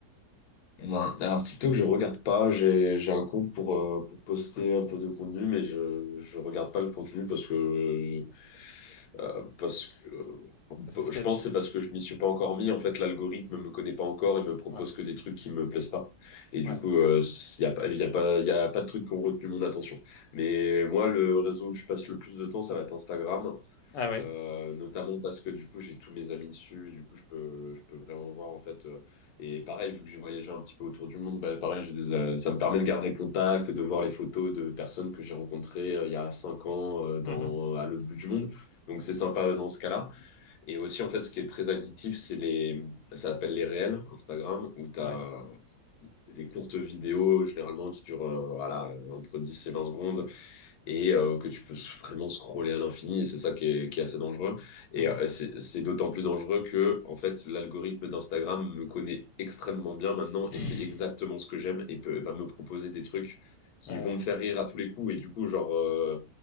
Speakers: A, on the left (about 70°); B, on the left (about 80°).
A: Ouais. Alors TikTok, je regarde pas. J'ai j'ai un compte pour, euh, pour poster un peu de contenu, mais je je regarde pas le contenu parce que euh, parce que euh,
B: C'est ce qu'il
A: je
B: y
A: pense
B: a
A: que c'est parce que je m'y suis pas encore mis. En fait, l'algorithme me connaît pas encore et me propose
B: ouais,
A: que des trucs qui me plaisent pas. Et du
B: ouais.
A: coup, il y a pas y a pas y a pas de trucs qui ont retenu mon attention. Mais moi, le réseau où je passe le plus de temps, ça va être Instagram.
B: Ah oui?
A: Euh, notamment parce que du coup j'ai tous mes amis dessus, du coup je peux, je peux vraiment voir en fait. euh, et pareil, vu que j'ai voyagé un petit peu autour du monde, bah, pareil, j'ai des, euh, ça me permet de garder contact et de voir les photos de personnes que j'ai rencontrées euh, il y a cinq ans euh, dans,
B: Mmh
A: à
B: Mmh.
A: l'autre bout du monde. Donc c'est sympa dans ce cas-là. Et aussi en fait ce qui est très addictif, c'est les, ça s'appelle les réels Instagram, où t'as
B: Ouais.
A: les courtes vidéos généralement qui durent euh, voilà, entre 10 et 20 secondes et euh, que tu peux vraiment scroller à l'infini, et c'est ça qui est, qui est assez dangereux. Et
B: Mmh
A: euh, c'est c'est d'autant plus dangereux que, en fait, l'algorithme d'Instagram me connaît extrêmement bien maintenant,
B: <laughs>
A: et c'est exactement ce que j'aime, et peut, va me proposer des trucs qui
B: Ah ouais.
A: vont me faire rire à tous les coups, et du coup, genre, euh,